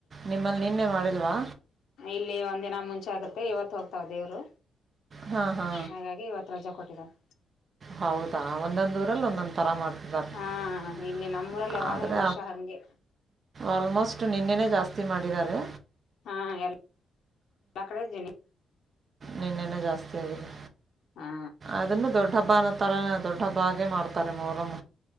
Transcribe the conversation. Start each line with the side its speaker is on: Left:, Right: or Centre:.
Right: ನಿಮ್ಮಲ್ಲಿ ನಿನ್ನೆ ಮಾಡಿಲ್ವಾ.
Left: ಇಲ್ಲೇ ಒಂದ ದಿನ ಮುಂಚೆ ಮತ್ತೆ ಇವತ್ತು ಹೋಗ್ತಾವ ದೇವ್ರು.
Right: ಹಾ ಹಾ
Left: ಹಾಗಾಗಿ ಇವತ್ತು ರಜಾ ಕೊಟ್ಟಿದ್ದಾರೆ
Right: ಹೌದಾ ಒಂದೊಂದ್ ಊರಲ್ಲಿ ಒಂದೊಂದ್ ತರ ಮಾಡ್ತ.
Left: ಹಾ ಇಲ್ಲಿ
Right: <inaudible>
Left: ನಮ್ಮೂರಲ್ಲಿ ಯಾವಾಗ್ಲೂ
Right: ಆದ್ರ
Left: ವರ್ಷ ಹಂಗೆ
Right: ಆಲ್ಮೋಸ್ಟ್ ನಿನ್ನೇನೇ. ಜಾಸ್ತಿ ಮಾಡಿದ್ದಾರೆ.
Left: ಹಾ ಎಲ್ಲ ಎಲ್ಲಾ ಕಡೆ ಇದ್ದೀನಿ.
Right: ನಿನ್ನೆನ ಜಾಸ್ತಿ ಆಗಿದೆ
Left: ಹಾ
Right: ಅದನ್ನು ದೊಡ್ಡ ಹಬ್ಬ ಅನ್ನೊ ತರ ದೊಡ್ಡ ಹಬ್ಬಾಗೆ ಮಾಡ್ತಾರೆ ಮೊಹರಂ.